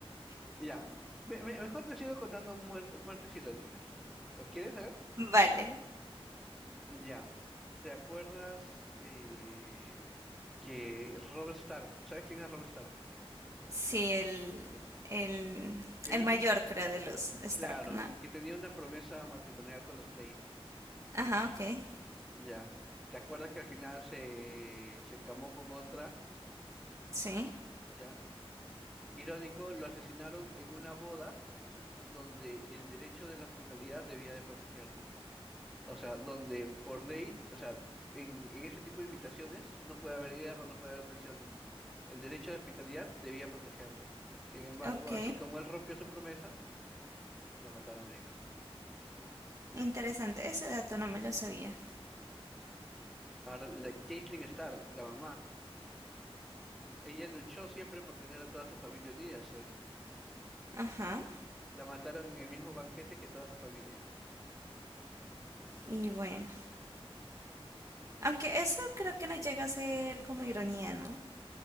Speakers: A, in the centre; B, on the right.
A: Ya. Me- me- mejor te sigo contando muer- muertes irónicas. ¿Lo quieres saber?
B: Vale,
A: Ya. ¿Te acuerdas eh, que Robert Stark? ¿Sabes quién es Robert Stark?
B: sí, el, el,
A: El
B: el
A: hijo,
B: mayor creo de los Stark,
A: claro,
B: ¿no?
A: que tenía una promesa matrimonial con los Frey.
B: Ajá, ok,
A: Ya. ¿Te acuerdas que al final se, se encamó con otra?
B: sí,
A: Ya. Irónico, lo asesinaron en una boda donde el derecho de la hospitalidad debía de protegerlo. O sea, donde por ley, o sea, en, en ese tipo de invitaciones no puede haber guerra, no puede haber traiciones. El derecho de hospitalidad debía protegerlo. Sin embargo,
B: ok,
A: así como él rompió su promesa, lo mataron ahí.
B: interesante, ese dato no me lo sabía.
A: Ujú. Ahora, la Caitlyn Stark, la mamá, ella luchó siempre por tener a toda su familia unida, ¿sí o no?
B: Ajá,
A: La mataron en el mismo banquete que toda su familia.
B: y bueno, aunque eso creo que no llega a ser como ironía, ¿no?